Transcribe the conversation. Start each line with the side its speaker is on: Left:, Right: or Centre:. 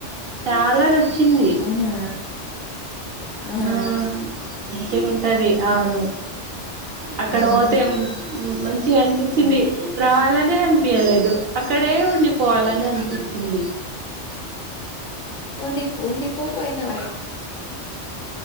Right: చాల నచ్చింది
Left: అవునా అవునా
Right: హా మంచిగా ఉంటది
Left: ఆహా.
Right: అవును అక్కడ
Left: ఆహా
Right: పోతే మంచిగా అనిపించింది రావాలనే అనిపీయలేదు అక్కడే ఉండి పోవాలని అనిపించింది
Left: ఉండి ఉండిపో పోయినవు